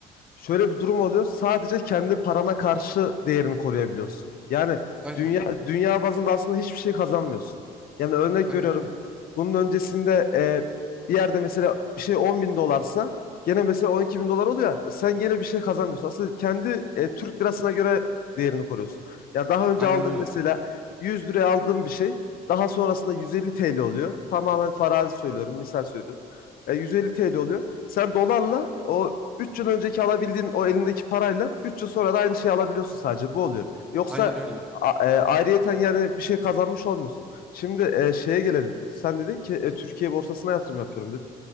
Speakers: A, on the left; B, in the centre.
A: şöyle bir durum oluyor. Sadece kendi parana karşı değerini koruyabiliyorsun. Yani
B: Aynen.
A: dünya dünya bazında aslında hiçbir şey kazanmıyorsun. Yani örnek
B: Aynen
A: veriyorum.
B: aynen.
A: Bunun öncesinde e, bir yerde mesela bir şey 10 bin dolarsa gene mesela 12 bin dolar oluyor. Sen gene bir şey kazanmıyorsun. Aslında kendi e, Türk lirasına göre değerini koruyorsun. Ya daha önce
B: Aynen
A: aldığın
B: öyle.
A: mesela 100 liraya aldığın bir şey daha sonrasında 150 TL oluyor. Tamamen farazi söylüyorum, misal söylüyorum. E, 150 TL oluyor. Sen dolarla o Üç yıl önceki alabildiğin o elindeki parayla 3 yıl sonra da aynı şeyi alabiliyorsun sadece bu oluyor. Yoksa
B: Aynen öyle.
A: a- e, ayrıyeten yani bir şey kazanmış olmuyorsun. Şimdi e, şeye gelelim. Sen dedin ki e, Türkiye borsasına yatırım yapıyorum dedin.